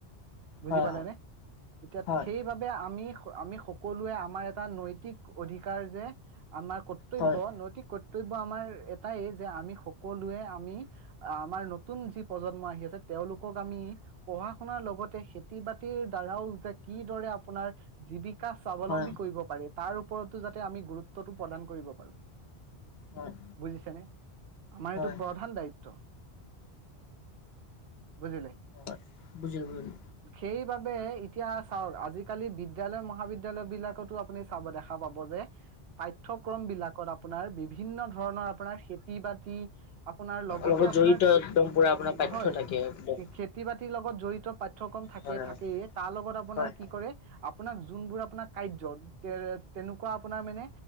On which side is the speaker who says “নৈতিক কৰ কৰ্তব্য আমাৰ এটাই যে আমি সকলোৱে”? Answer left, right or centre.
Right